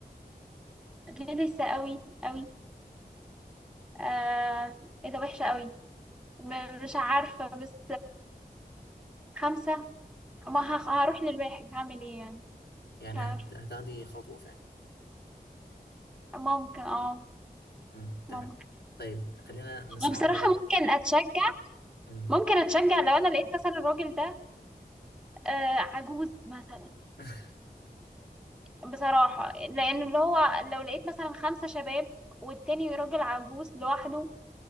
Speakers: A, in the centre; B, on the left.
A: لسه قوي قوي آه ايه ده وحشة قوي م- مش عارفة بس خمسة ما هخ- هروح للواحد هعمل ايه يعني
B: يعني
A: مش عارفة
B: هت- هتاخدي خطوة فعلا
A: ممكن اه
B: امم
A: ممكن
B: تمام طيب خلينا نصعب
A: وبصراحة ممكن اتشجع
B: امم
A: ممكن اتشجع لو انا لقيت مثلا الراجل ده آه عجوز مثلا
B: <laughs>
A: بصراحة لان اللي هو لو لقيت مثلا خمسة شباب والتاني راجل عجوز لوحده